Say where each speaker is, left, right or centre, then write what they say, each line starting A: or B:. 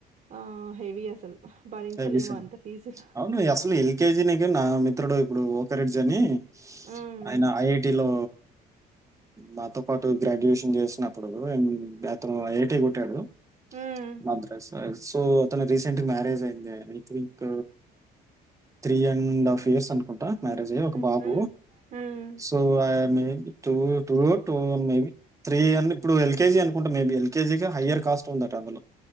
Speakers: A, on the right (about 50°); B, on the right (about 20°).
A: ఆ హెవీ అసలు భరించలేము
B: హెవీ సెండీ
A: అంత ఫీజులు.
B: అ అవును అసలు ఎల్. కే. జీ న నా మిత్రుడు ఇప్పుడు ఓక్రె డ్జ్ అని
A: హ్మ్.
B: ఆయన ఐఐటి లో మాతో పాటు గ్రాడ్యుయేషన్ చేసినప్పుడు వో మ్ అతను ఐఐటీ కొట్టాడు
A: హ్మ్.
B: మద్రాస్ సో అతను రీసెంట్ మ్యారేజ్ అదే I think three and half years అనుకుంటా మ్యారేజ్ అయి ఒక
A: హ్మ్.
B: బాబు
A: హ్మ్. హ్మ్.
B: So I am a two two two maybe బి త్రీ అ ఇప్పుడు ఎల్. కే. జీ అనుకుంటే మే బి ఎల్కేజీకె హయ్యర్ కాస్ట్ ఉందట అందులో